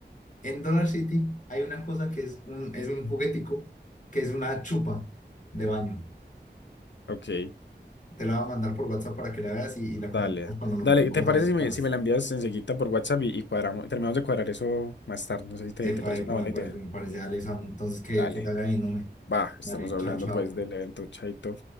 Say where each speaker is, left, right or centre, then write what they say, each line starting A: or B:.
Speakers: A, on the left; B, on the left.
A: en Dollar City hay una cosa que es un, es un juguetico, que es una chupa de baño.
B: Ok,
A: Te la voy a mandar por WhatsApp para que la veas y, y la
B: dale.
A: comentemos cuando nos
B: Dale,
A: volvamos
B: ¿te parece
A: a ver.
B: si me,
A: parece.
B: si me la envías enseguida por WhatsApp y, y cuadramos, terminamos de cuadrar eso más tarde? No sé si te,
A: Epa,
B: te parece
A: epa,
B: una buena
A: epa, me parece,
B: idea.
A: me parece, dale Alessandro. Entonces, que,
B: Dale.
A: que te haga bien, hombre.
B: Bah, estamos
A: Dale,
B: hablando
A: chao, chao.
B: pues del evento Chaito.